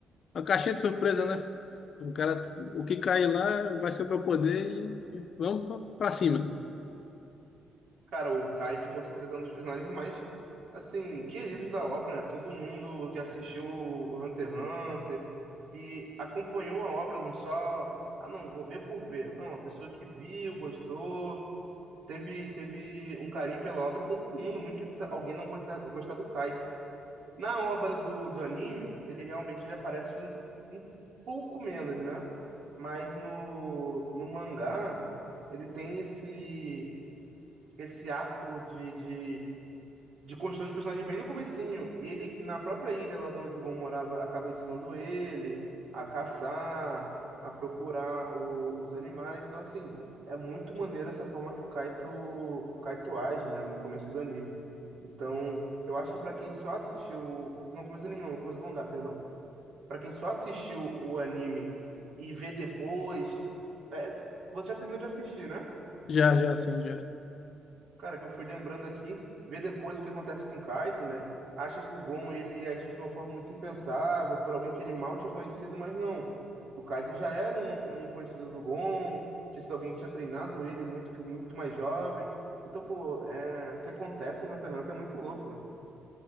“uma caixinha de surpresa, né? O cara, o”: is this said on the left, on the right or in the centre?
Left